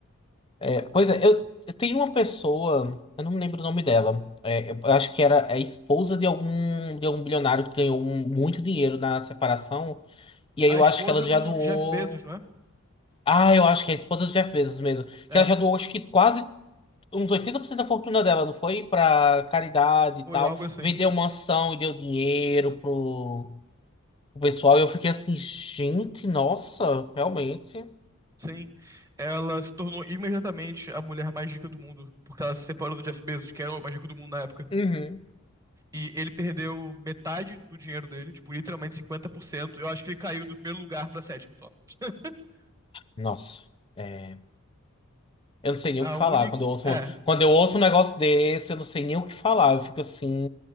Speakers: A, on the left; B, on the right.
A: É, pois é, eu, eu tenho uma pessoa, eu não me lembro o nome dela. É, eu acho que era a esposa de algum, de algum bilionário que ganhou um- muito dinheiro na separação. E aí
B: A
A: eu
B: esposa
A: acho que ela já
B: do
A: doou.
B: Jeff Bezos, não é?
A: Ah, eu acho que é a esposa do Jeff Bezos mesmo.
B: É,
A: Que ela já doou, acho que quase uns 80% da fortuna dela, não foi? Pra caridade e
B: foi
A: tal.
B: algo assim.
A: Vendeu mansão e deu dinheiro pro o pessoal, eu fiquei assim, gente, nossa, realmente.
B: Sim. Ela se tornou imediatamente a mulher mais rica do mundo, porque ela se separou do Jeff Bezos, que era o mais rico do mundo na época.
A: Uhum.
B: E ele perdeu metade do dinheiro dele, tipo, literalmente 50%. Eu acho que ele caiu do primeiro lugar pra sétimo só. <laughs>
A: Nossa, é, eu não sei nem
B: A
A: o que falar.
B: única.
A: Quando eu ouço
B: É,
A: um, quando eu ouço um negócio desse, eu não sei nem o que falar. Eu fico assim,